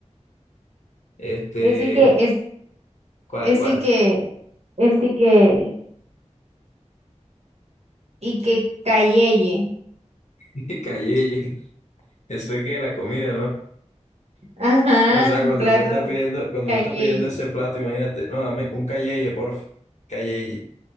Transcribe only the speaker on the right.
Ese que es,
ese
que, ese que. Y que cayeye.
Ajá,
un
plato
cayeye.